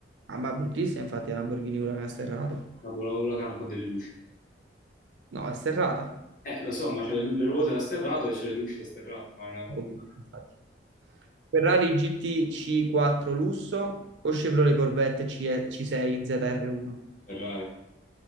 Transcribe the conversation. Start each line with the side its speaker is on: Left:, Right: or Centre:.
Right: Ah, ma è bruttissima infatti la Lamborghini Huracan sterrato.
Left: la buona Huracan con delle luci.
Right: No, è sterrata. Un
Left: Eh, lo so, ma c'è le, le ruote da sterrato e c'è le luci da sterrato, ma è una bandura
Right: po' brutta, infatti. Ferrari GTC4 lusso o Chevrolet Corvette CE C6 ZR1?
Left: da Ferrari,